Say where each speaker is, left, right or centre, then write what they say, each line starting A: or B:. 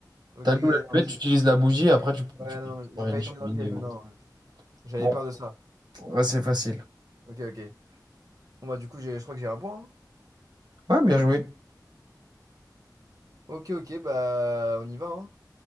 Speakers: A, on the right (about 50°); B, on the right (about 75°).
A: Ok,
B: T'allumes
A: ok,
B: l'allumette,
A: non, c'est-
B: tu utilises la bougie, après tu,
A: ouais,
B: tu peux
A: non, mais
B: faire
A: j'ai
B: une
A: failli
B: cheminée.
A: tomber dans le piège,
B: ou
A: mais
B: autre.
A: non, j'avais
B: Bon.
A: peur de ça.
B: Ouais, c'est facile.
A: Ok, ok. Bon bah du coup, j'ai- je crois que j'ai un point. hein.
B: Ouais, bien joué.
A: Ok, ok, bah on y va. Hein.